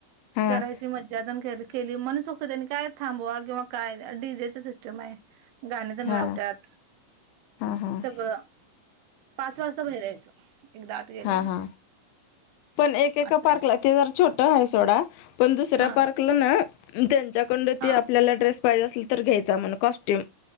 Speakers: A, on the left; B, on the right.
A: हां,
B: करायची मज्जा दन केली मनसोक्त त्यांनी काय थांबवा किंवा काय नाही डी जेच सिस्टम आहे गाणी दन
A: हां,
B: लावत्यात.
A: हां, हां, हां, हां,
B: सगळं पाच वाजता बाहेर यायचं. एकदा आत गेलं
A: हा
B: म्हणजे
A: हा पण एक एका
B: असं
A: पार्कला
B: आहे
A: ते जर छोट आहे सोडा पण दुसऱ्या
B: हा
A: पार्कला ना त्यांच्या कडन
B: हा
A: ते आपल्याला ड्रेस पाहिजे असेल तर घ्यायचा म्हण कॉस्ट्यूम